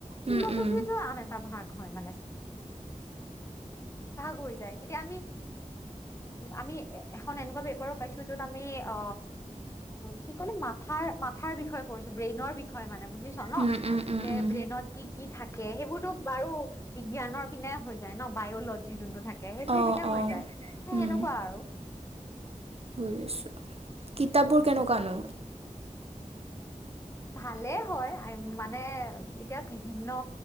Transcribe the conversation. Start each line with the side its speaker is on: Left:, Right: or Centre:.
Left: ফিলচফি
Right: উম উম
Left: টো আন এটা ভাগ ুৱ ভ ভ এয়া আম এ এনেকুৱা পেপাৰ পাইছো যত আমি অ কি কলে মা মাথ বিষয়ে বিষয় পৰিছো ব্ৰেইনৰ বিষয়ে মানে বুজিছ ন
Right: উম উম উম
Left: যে
Right: উম
Left: ব্ৰেইনত কি কি থাকে সেইবোৰতো বাৰু বিজ্ঞানৰ পিনে হৈ যায় ন বায়লজি যোনটো থাকে ে সেইটোৰ
Right: অঁ
Left: বিনা
Right: অঁ
Left: হৈ যায় সেনেকুৱা
Right: উম
Left: আৰু
Right: বুজিছোঁ কিতাপবোৰ কেনেকুৱা।
Left: ভালে হয় মানে এতিয়া বিভিন্ন